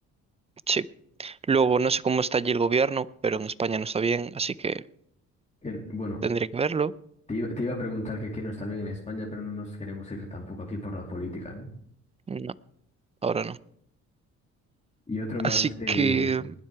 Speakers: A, on the right; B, on the left.
A: sí, Luego no sé cómo está allí el gobierno, pero en España no está bien, así que
B: Bien, bueno,
A: tendría que verlo.
B: te iba, te iba a preguntar que qué no está bien en España, pero no nos queremos ir tampoco aquí por la política, ¿no?
A: No, ahora no.
B: Y otro
A: Así
B: más que,
A: que